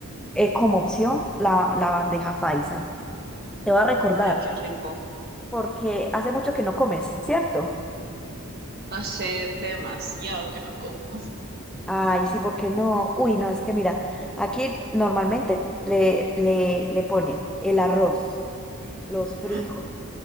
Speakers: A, in the centre; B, on the right.
A: eh, como opción la, la bandeja paisa. Te va a recordar,
B: Ay, qué rico.
A: porque hace mucho que no comes, ¿cierto?
B: No sé, demasiado que no como.
A: Ay, sí, ¿por qué no? Uy, no, es que mira, aquí normalmente le, le, le ponen el arroz, los frijoles
B: ¿Mm?